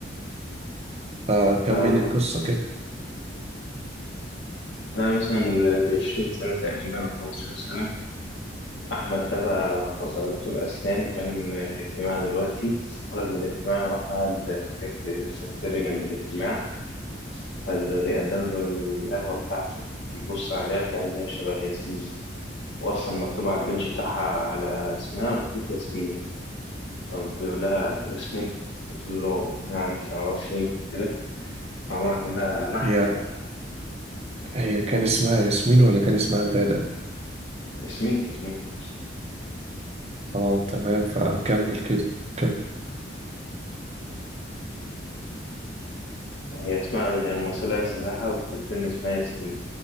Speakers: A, on the right (about 35°); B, on the left (about 75°).
A: فكمل
B: فبعدها
A: لي القصة كده
B: مثلا بعشرين سنة تقريبا أو خمستاشر سنة أحمد ده بقى خلاص بقى دكتور أسنان وكان في اجتماع دلوقتي خرج من الاجتماع وراح قعد في كاف- في الكافيتيريا جنب الاجتماع فبيقدم له القهوة بتاعته بيبص عليها كأن هي شبه ياسمين وأصلا مكتوب على البيدج بتاعها على اسمها مكتوب ياسمين فبيقول لها ياسمين قلت له نعم تعرفني كده فراح بيقول لها أنا أحمد
A: هي
B: أنا أحمد.
A: هي كان
B: أه
A: اسمها ياسمين ولا كان اسمها غادة؟
B: ياسمين ياسمين
A: اه تمام فكمل كده كانت
B: هي اسمها يعني الممثلة هي سماحة وفي الفيلم اسمها ياسمين